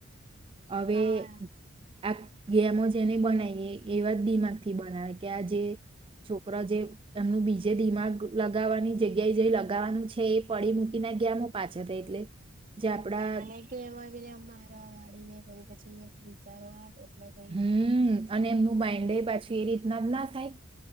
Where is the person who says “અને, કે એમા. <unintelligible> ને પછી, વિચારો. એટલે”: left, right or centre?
Right